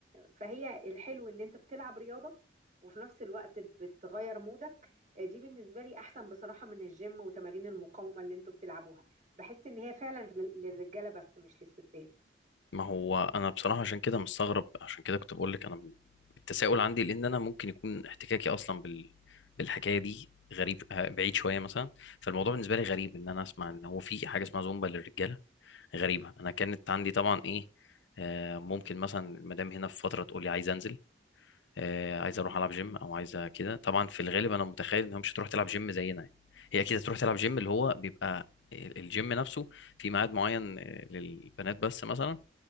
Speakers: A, on the right; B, on the left.
A: فهي الحلو ان انت بتلعب رياضة وفي نفس الوقت بتغير مودك آه، دي بالنسبة لي احسن بصراحة من الجيم وتمارين المقاومة اللي انتوا بتلعبوها بحس ان هي فعلا لل- للرجالة بس مش للستات
B: ما هو انا بصراحة عشان كده مستغرب عشان كده كنت بقول لك انا التساؤل عندي لان انا ممكن يكون احتكاكي اصلا بال... بالحكاية دي غريب آه، بعيد شوية مثلا فالموضوع بالنسبة لي غريب ان انا اسمع ان هو في حاجة اسمها زومبا للرجالة غريبة أنا كانت عندي طبعا إيه آه، ممكن مثلا المدام هنا في فترة تقول لي عايز أنزل آه، عايز أروح ألعب جيم أو عايزة كده طبعا في الغالب أنا متخيل إنها مش هتروح تلعب جيم زينا يعني هي أكيد هتروح تلعب جيم اللي هو بيبقى ال- الجيم نفسه في ميعاد معين آه، للبنات بس مثلا